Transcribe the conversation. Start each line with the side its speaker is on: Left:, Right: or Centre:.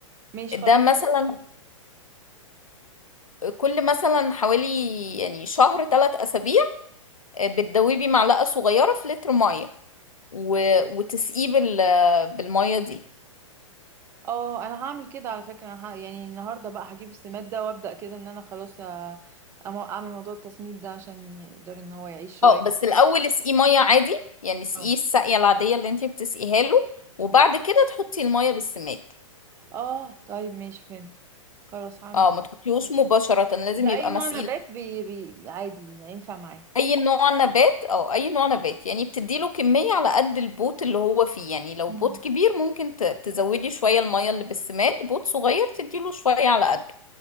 Right: ماشي
Left: ده
Right: خلاص
Left: مثلا كل مثلا حوالي يعني شهر ثلاث أسابيع آه، بتدوبي معلقة صغيرة في لتر مية و... وتسقيه بال... بالمية دي
Right: اه انا هعمل كده على فكره انا ه... يعني النهارده بقى هجيب السماد ده وابدا كده ان انا خلاص أ... أم- اعمل موضوع التسميد ده عشان يقدر ان هو يعيش شويه
Left: اه بس الاول اسقيه ميه عادي يعني اسقيه
Right: اه
Left: السقيه العاديه اللي انتي بتسقيها له وبعد
Right: اوكي
Left: كده تحطي الميه بالسماد
Right: اه طيب ماشي فهمت خلاص هعمل
Left: اه ما تحطيهوش مباشره لازم
Right: وده
Left: يبقى
Right: اي نوع
Left: مسقي
Right: نبات بي... بي... عادي ينفع معاه
Left: اي نوع نبات او اي نوع نبات يعني بتديله كميه على قد البوت اللي هو فيه يعني لو
Right: مم.
Left: بوت كبير ممكن ت- تزودي شويه الميه اللي بالسماد بوت صغير تديله شويه على قده